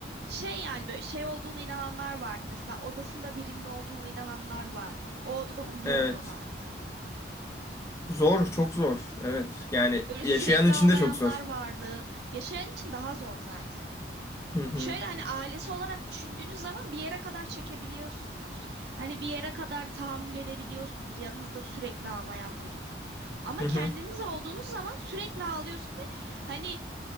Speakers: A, on the right (about 65°); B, on the left (about 15°).
A: Şey yani böyle şey olduğuna inananlar vardı. Mesela odasında birinin olduğunu inananlar vardı. O odada uyuyamıyorlardı.
B: Evet. Zor, çok zor. Evet. Yani
A: Böyle
B: yaşayan
A: sürekli
B: için
A: ağlayanlar
B: de çok zor.
A: vardı. Yaşayan için daha zor zaten.
B: Hı hı.
A: Şöyle hani ailesi olarak düşündüğünüz zaman bir yere kadar çekebiliyorsunuz. Hani bir yere kadar tahammül edebiliyorsunuz yanınızda sürekli ağlayan birine. Ama
B: Hı hı.
A: kendiniz olduğunuz zaman sürekli ağlıyorsun ve hani